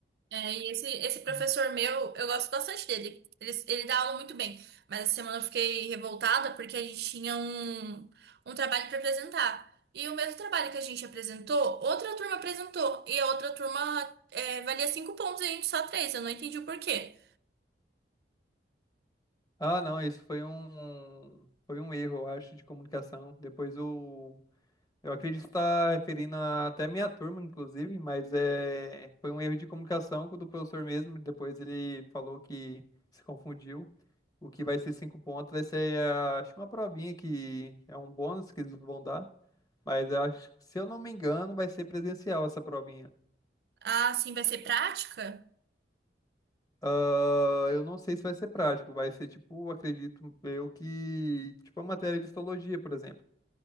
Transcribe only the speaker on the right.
É, e esse, esse professor
meu, eu gosto bastante dele. Ele, ele dá aula muito bem. Mas essa semana eu fiquei revoltada porque a gente tinha um, um trabalho para apresentar. E o mesmo trabalho que a gente apresentou, outra turma apresentou. E a outra turma é, valia cinco pontos e a gente só três. Eu não entendi o porquê.
Ah, sim, vai ser prática?